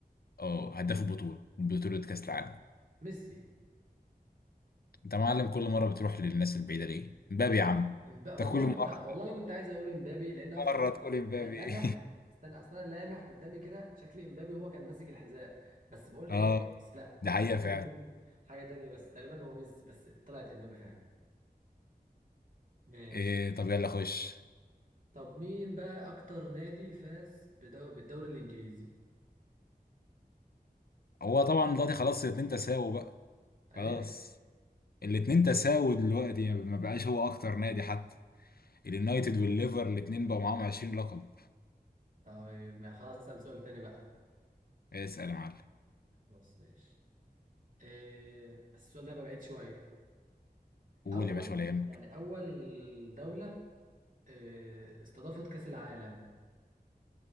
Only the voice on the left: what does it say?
اه هداف البطولة بطولة كأس العالم
انت معلم كل مرة بتروح للناس البعيدة ليه امبابي يا عم
انت كل مرة
مرة
تقول امبابي
<laughs> اه
ده
حقيقة
فعلا
إيه طب يلا خش
هو طبعا دلوقتي خلاص الاتنين تساووا بقى
خلاص الاتنين تساووا دلوقتي ما بقاش هو اكتر نادي حتى اليونايتد والليفر الاتنين بقوا معاهم 20 لقب
اسأل يا معلم
قول
يا باشا ولا يهمك